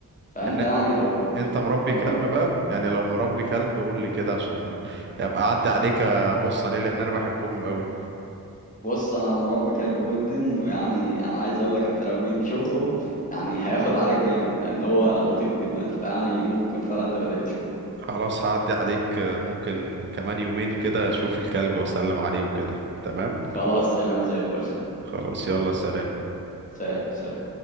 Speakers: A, on the left (about 20°); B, on the right (about 35°).
A: فأنت
B: يعني
A: يعني لو
B: انت مربي
A: لو
B: كلب
A: ج-
B: بقى يعني لو مربي كلب قول لي كده عشان ابقى اعدي عليك ابص عليه لان انا بحبهم قوي
A: بص أنا مربي كلب جدا ويعني أنا عايز أقولك أنت لو جيت شفته يعني هياخد عليك جامد لأن هو لطيف جدا فيعني ممكن فعلا تبقى تيجي تشوفه
B: خلاص هعدي عليك ممكن كمان يومين كده اشوف الكلب واسلم عليه وكده تمام
A: خلاص تمام زي الفل
B: خلاص يلا سلام
A: سلام سلام